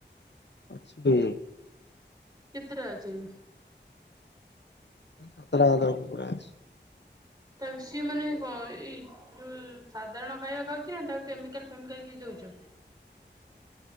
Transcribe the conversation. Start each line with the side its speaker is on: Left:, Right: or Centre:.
Left: ଅଛି।
Right: କେତେଟା ଅଛି ଏବେ?
Left: ସାତଟା ମାତ୍ର କୁକୁଡ଼ା ଅଛି।
Right: ତାହେଲେ ସିଏ ମାନେ କଣ, ଏଇ ଯୋଉ ସାଧାରଣ ଖାଇବା ଖାଉଛି, ନା ତାକୁ କେମିକାଲ ଫେମିକାଲ କିଛି ଦଉଚ?